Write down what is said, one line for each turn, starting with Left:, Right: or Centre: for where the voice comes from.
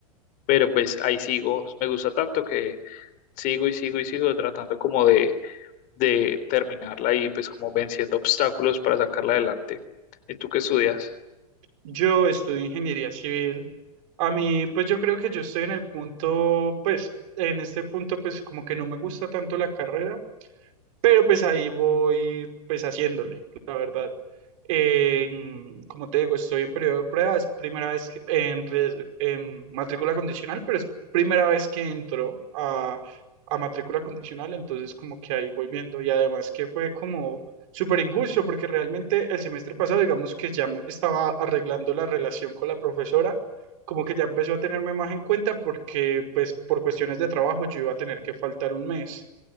Left: pero pues ahí sigo, me gusta tanto que sigo y sigo y sigo tratando como de, de terminarla y pues como venciendo obstáculos para sacarla adelante. ¿Y tú qué estudias?
Right: Yo estudio ingeniería civil. A mí, pues yo creo que yo estoy en el punto, pues, en este punto, pues como que no me gusta tanto la carrera. pero pues ahí voy pues haciéndole, la verdad. Eh, como te digo, estoy en periodo de prueba, es primera vez que- en, res- en matrícula condicional, pero es primera vez que entro a, a matrícula condicional, entonces como que ahí voy viendo y además que fue como súper injusto porque realmente el semestre pasado, digamos que ya me estaba arreglando la relación con la profesora, como que ya empezó a tenerme más en cuenta porque pues por cuestiones de trabajo yo iba a tener que faltar un mes.